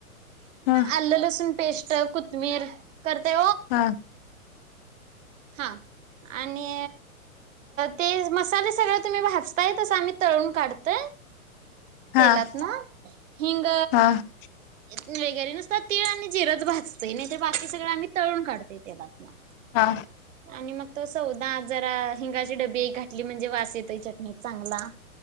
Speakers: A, on the left (about 40°); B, on the right (about 60°).
A: ह
B: आल्ल लसुून पेश कथमीर करते
A: हा
B: हा आणि ते मसाले सगळ तुम्ही भज काय तस आम्ही तळून काढत
A: ह
B: तेलात
A: ह
B: ना हिंग
A: हा
B: वगैरे नुसतात तीळ आणि जिरच भाजत नाही ते बाकी सगळं आम्ही तळून काढतेय तेलात ना
A: हा
B: आणि मग तो सौदा जरा हिंगाची डबी एक घाातली म्हणजे वास येतोय चटणीत चांगला